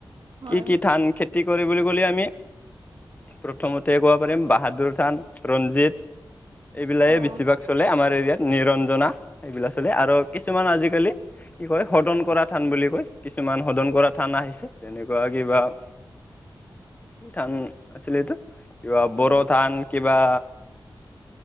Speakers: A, on the right (about 65°); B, on the left (about 20°).
A: হয়
B: কি কি ধান খেতি কৰি বুলি ক'লে আমি প্ৰথমতে ক'ব পাৰিম, বাহাদুৰ ধান, ৰঞ্জিত এইবিলাই
A: অঁ
B: বেছিভাগ চলে আমাৰ এৰিয়াত, নিৰঞ্জনা এইবিলাক চলে, আৰু কিছুমান আজিকালি কি কয়, সদন কৰা থান বুলি কয়, কিছুমান সদন কৰা থান আহিছে তেনেকুৱা কিবা কি ধান আছিল এইটো, কিবা বড়ো
A: অঁ
B: ধান কিবা